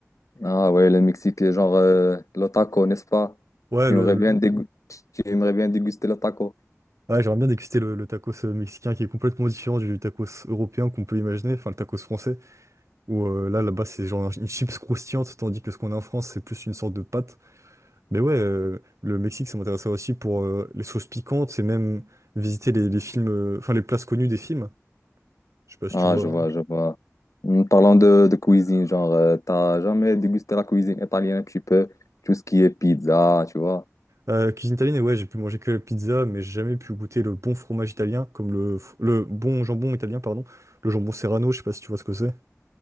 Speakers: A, on the left; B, on the right.
A: Ah ouais, le Mexique, genre, euh, le taco, n'est-ce pas?
B: Ouais,
A: Tu
B: le,
A: aimerais
B: le-
A: bien dégu- tu aimerais bien déguster le taco.
B: ouais, j'aimerais bien déguster le, le tacos mexicain qui est complètement différent du tacos européen qu'on peut imaginer, enfin le tacos français. où euh, là, là-bas, c'est genre une chips croustillante, tandis que ce qu'on a en France, c'est plus une sorte de pâte. Mais ouais, euh, le Mexique, ça m'intéressait aussi pour euh, les sauces piquantes et même visiter les, les films, euh, enfin les places connues des films. Je sais pas si
A: Ah,
B: tu vois.
A: je vois,
B: hein.
A: je vois. Hum, Parlons de, de cuisine, genre, euh, t'as jamais dégusté la cuisine italienne un petit peu, tout ce qui est pizza, tu vois.
B: Euh, cuisine italienne, et ouais, j'ai pu manger que la pizza, mais j'ai jamais pu goûter le bon fromage italien, comme le, f- le bon jambon italien, pardon. Le jambon Serrano, je sais pas si tu vois ce que c'est.